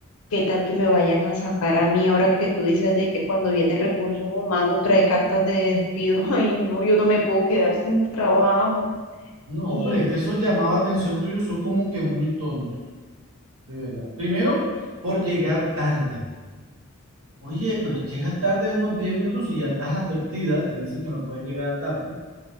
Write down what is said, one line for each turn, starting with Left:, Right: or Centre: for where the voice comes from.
Left: qué tal que me vayan a sacar a mí ahora que tú dices de que cuando viene recursos humanos trae cartas de despido. <laughs> Ay, no, yo no me puedo quedar sin trabajo.
Right: No,
Left: Y,
Right: pero es que esos llamados de atención tuyos son como que muy tontos, de verdad. Primero, por llegar tarde. Oye, pero llegas tarde unos 10 minutos y ya estás advertida, te dicen que no puedes llegar tarde.